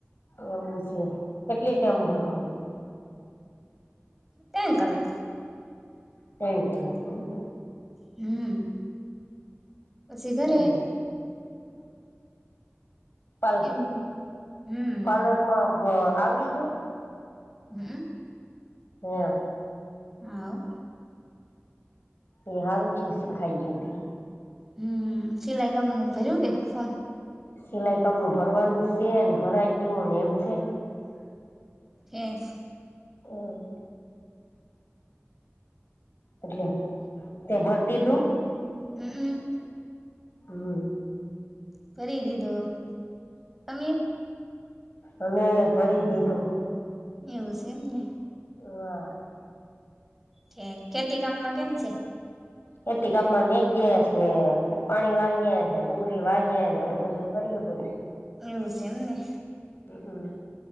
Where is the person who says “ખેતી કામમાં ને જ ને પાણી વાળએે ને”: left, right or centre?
Left